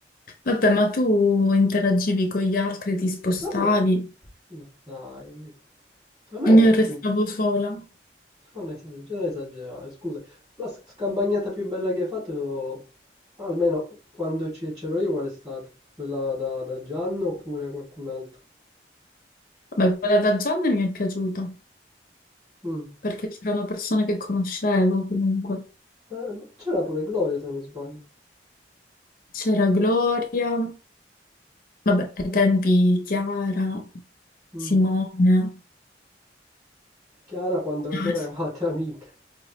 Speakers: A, on the left; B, on the right.
A: Vabbè, ma tu interagivi con gli altri, ti spostavi,
B: Vabbè, no, dai, a me,
A: io restavo
B: sì,
A: sola.
B: non esagerare, esagerare, scusa. La sc- scampagnata più bella che hai fatto, almeno quando ci- c'ero io, qual è stata? Quella da, da Gianno oppure qualcun altro?
A: Vabbè, quella da Gianni mi è piaciuta,
B: Mm.
A: perché c'erano persone che conoscevo comunque.
B: Eh, ma c'era pure Gloria, se non sbaglio.
A: C'era Gloria. Vabbè, ai tempi Chiara,
B: Mm.
A: Simone,
B: Chiara quando ancora
A: ah,
B: eravate amiche.